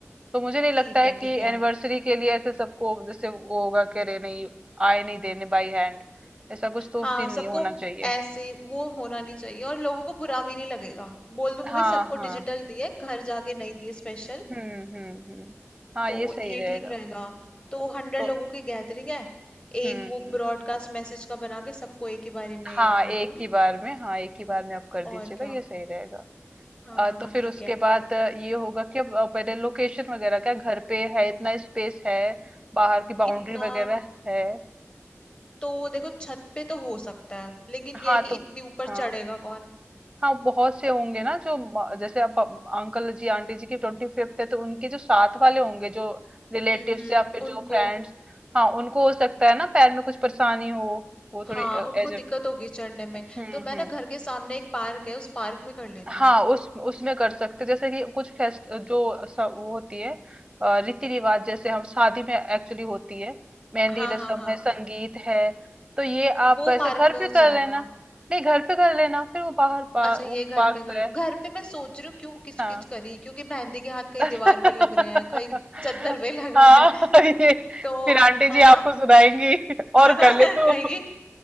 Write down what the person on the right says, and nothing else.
तो मुझे नहीं
लगता है
कि
एनिवर्सरी के लिए ऐसे सबको जैसे वो होगा कि अरे नहीं आए नहीं देने बाई हैंड ऐसा कुछ तो
सीन
नहीं होना चाहिए
हाँ
हाँ
हम्म हम्म हम्म हाँ
ये सही
रहेगा
तो
हम्म
हम्म
हाँ
एक
ही बार में हाँ एक ही बार में आप कर
दीजिएगा
ये सही रहेगा
आ,
तो फिर
उसके
बाद अ, ये होगा कि अब, अ, पहले लोकेशन वगैरह क्या घर पे है इतना स्पेस है बाहर की बाउंड्री
वगैरह है
हाँ
तो
हाँ
हाँ बहुत से होंगे ना जो म- जैसे अब अंकल जी आंटी जी की ट्वेंटी फिफ्थ है तो उनके जो साथ वाले होंगे जो रिलेटिव्स
या फिर
जो फ्रेंड्स हाँ उनको हो सकता है ना पैर में कुछ परेशानी हो वो थोड़ी
एज
हम्म
हम्म
हाँ
उस उसमें कर सकते जैसे कि कुछ फेस्ट जो स- वो होती है अ, रीति रिवाज जैसे हम शादी में एक्चुअली होती है मेहंदी
रसम
है संगीत है तो ये आप
ऐसे
घर
पे
कर
लेना नहीं घर पे कर लेना फिर वो बाहर पा,
वो
पार्क
तो
है
हाँ
<laughs>
हाँ
<laughs> ये
फिर आंटी
जी
आपको सुनाएंगी और
कर
ले तू